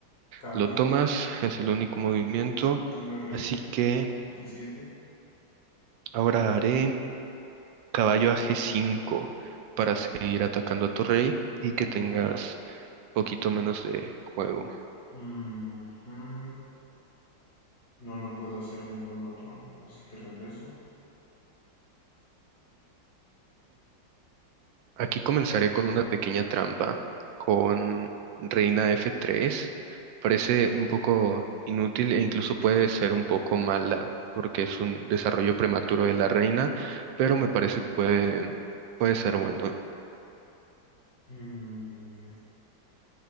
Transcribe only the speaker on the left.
Cambio.
Cambio rey
F7.
Uf.
Mhm. No, no puedo hacer ningún otro. Así que regreso.
Mm,